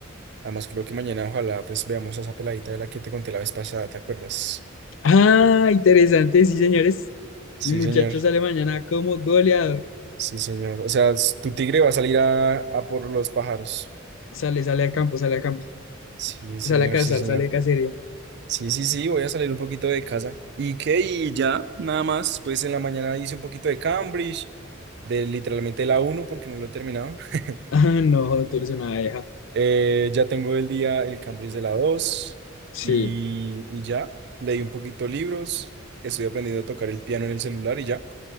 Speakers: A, on the right; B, on the left.
A: Además, creo que mañana ojalá pues veamos a esa peladita de la que te conté la vez pasada, ¿te acuerdas?
B: Ah, interesante, sí, señores. Mi
A: Sí,
B: muchacho
A: señor,
B: sale mañana como goleador.
A: sí, señor. O sea, s- tu tigre va a salir a, a por los pájaros.
B: Sale, sale al campo, sale al campo.
A: Sí, señor,
B: Sale a cazar,
A: sí, señor.
B: sale a cacería. <laughs>
A: Sí, sí, sí, voy a salir un poquito de casa. ¿Y qué? Y ya, nada más, pues en la mañana hice un poquito de Cambridge, de literalmente la uno porque no lo he terminado. <laughs>
B: Ah, no, tú eres una abeja.
A: Eh, ya tengo el día el Cambridge de la 2
B: Sí.
A: y, y ya. Leí un poquito libros, estoy aprendiendo a tocar el piano en el celular y ya.